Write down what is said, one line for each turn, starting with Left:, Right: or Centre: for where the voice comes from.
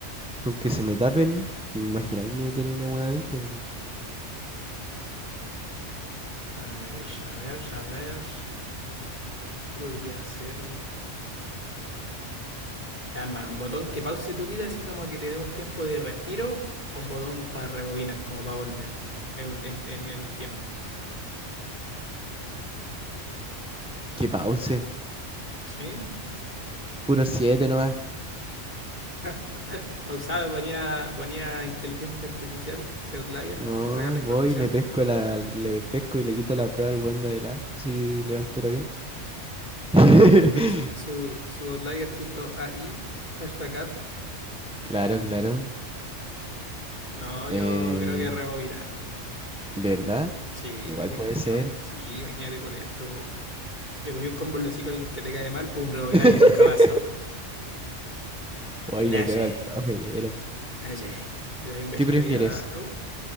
Centre: con que se me tapen, imaginarme tener una wea adentro, po.
Left: A ver, a ver, a ver. ¿Qué podría hacer? Ah, hermano, un botón que pause tu vida, así como que te dé un tiempo de respiro, o un botón para rebobinar, como para volver en, en- en el tiempo.
Centre: Que pause,
Left: ¿Sí?
Centre: puro siete nomás.
Left: <laughs> Pausaba, ponía, ponía inteligencia artificial de Outlier
Centre: No,
Left: para sacar la información.
Centre: voy, le pesco la, le pesco y le quito la prueba al weón de adelante si levantero bien. <laughs>
Left: Su chat, su, su, su, su outlier punto a i hashtag ad.
Centre: Claro, claro.
Left: No, yo
Centre: Eh,
Left: creo que rebobinar.
Centre: de verdad,
Left: Sí,
Centre: igual
Left: pulento.
Centre: puede ser.
Left: Sí, imagínate pulento. Le ponía un combo en los hocico a alguien que te cae mal, pum, rebobináis,
Centre: <laughs>
Left: nunca pasó.
Centre: Uy,
Left: Naye,
Centre: le pego al profe. era.
Left: naye. Le dais un besito
Centre: ¿Qué prefieres?
Left: ahí a la. Uh.